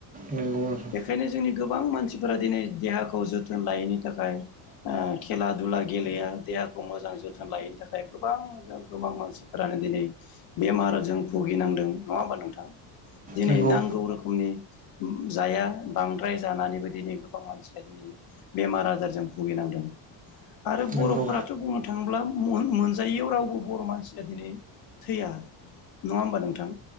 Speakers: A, on the right; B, on the left.
A: नंगौ नोंथां
B: बेखायनो जोंनि गोबां मानसिफोरा दिनै देहाखौ जोथोन लायैनि थाखाय ओ खेला दुला गेलेया देहाखौ मोजां जो थोन लायैनि थाखाय गोबां गोबां मानसिफोरानो दिनै बेमारजों भुगिनांदों नङा होमबा नोंथां दिनै
A: नंगौ
B: नांगौ रोखोमनि जाया बांद्राय जानानै बेबायदिनि गोबां मानसिया दिनै बेमार आजारजों भुगिनांदों आरो बर'फोराथ'
A: नंगौ।
B: बुं नो थाङोब्ला मो-मोनजायैयाव रावबो बर' मानसिया दिनै थैया नङा होमबा नोंथां?